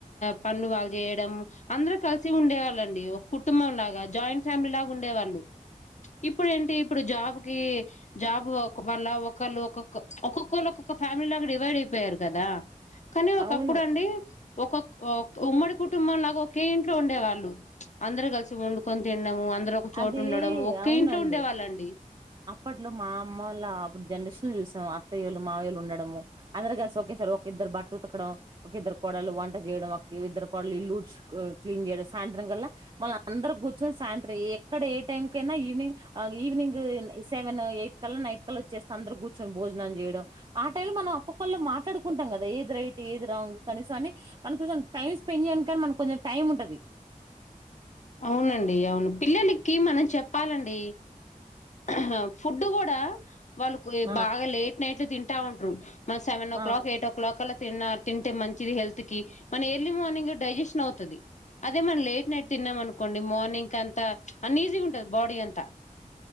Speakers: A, on the left (about 55°); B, on the right (about 35°).
A: పదాలను రాయలేదు కానీ వాయిస్ రికార్డ్ లో మాత్రం పదాలు వినిపిస్తున్నాయి. పనికి వెళ్లడంతో చేయడం. ఏ టైం కు చేయాల్సిన పనులు బాగా చేయడం. అందరూ కలిసి ఉండేవారు ఒక కుటుంబం లాగా జాయింట్ ఫ్యామిలీ లాగా ఉండే వాళ్ళు ఇప్పుడు ఏంటి ఇప్పుడు జాబ్ కి జాబ్ వళ్ళ ఒకళ్ళు ఒక్కొక్క ఒక్కొక్కళ్ళు ఒక్కొక్క ఫ్యామిలీ లాగా డివైడ్ అయిపోయారు. కదా కానీ ఒకప్పుడు
B: అవును
A: అండి ఒక ఉమ్మడి కుటుంబంలాగా ఒకే ఇంట్లో ఉండేవాళ్ళు అందరు కలిసి ఉండు కొ ము అందరు ఒక చోటు
B: అది
A: ఉండడంము ఒక్కే
B: అవునండి
A: ఇంట్లో ఉండే వాళ్ళండి
B: అప్పట్లో మా అమ్మ వాళ్ళ అప్పుడు జనరేషన్ చూసాం. అత్తయ్యళలు మావయళ్ళుండడడం. అందరు కలిసి ఒకేసారి ఒక ఇద్దరు బట్ట ఉతకడం ఒక ఇద్దరు కోడలు వంట చేయడం. ఒక ఇద్దరు కోడలు ఇల్లుూడ్ క్లీన్ చేయడం. సాయంత్రం కల్లా మళ్ళ అందరు కూర్చొని సాయంత్రం ఎక్కడ ఏ టైం కైనా ఈవినింగ్ ఈవినింగ్ సెవెన్ ఎయిట్ కల్లా నైట్ కల్ వచ్చేస్తే. అందరు కూర్చొని భోజనం చేయడం. ఆ టై లో మనం అప్పక్కు మాట్లాడుకుంటాం. ల్ కదా ఏది రైట్ ఏది రాంగ్ కనీసం అని మన కొంచం టైం స్పెండ్ చేయని కానీ మన కొంచెం టైం ఉంటది.
A: అవునండి అవును పిల్లలకి మనం చెప్పాలండి అ ఫుడ్ కూడా వాళ్ళకు
B: ఆ
A: బాగా లేట్ ప్లేట్లు తింటా ఉంటురు మా సెవెన్ ఓ క్లాక్
B: ఆ
A: ఎయిట్ క్లాక్ అలా తిన్న తింటే మంచిది హెల్త్ కి మన ఎర్లీ మార్నింగ్ డైజెషన్ అవుతుంది అదే మన లేట్ నైట్ తిన్నాం అనుకోండి మార్నింగ్ కి అంతా అన్ని ఈజీ ఉంటంది బాడీ అంతా